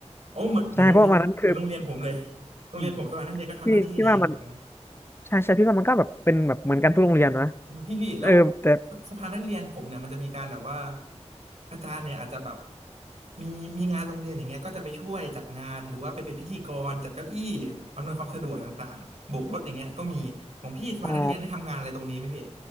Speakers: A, on the right; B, on the left.
A: โอ้เหมือนเหมือนโรงเรียนเหมือนโรงเรียนผมเลย
B: ใช่เพราะวันนั้นคือ
A: โรงเรียนผมสภานักเรียนก็ทำหน้าที่นี้เหมือนกัน
B: อืมพี่พี่ว่ามันใช่ใช่พี่ว่ามันก็แบบเป็นแบบเหมือนกันทุกโรงเรียนนะ
A: อืมพี่พี่แล้ว
B: เออแต่
A: สสภานักเรียนผมเนี่ยมันจะมีการแบบว่าอาจารย์เนี่ยอาจจะแบบมีมีงานโรงเรียนอย่างเงี้ยก็จะไปช่วยจัดงานหรือว่าไปเป็นพิธีกรจัดเก้าอี้อำนวยความสะดวกต่างๆโบกรถอย่างเงี้ยก็มีของพี่สภานักเรียนได้ทำงานอะไรตรงนี้ไหมพี่
B: อ๋อ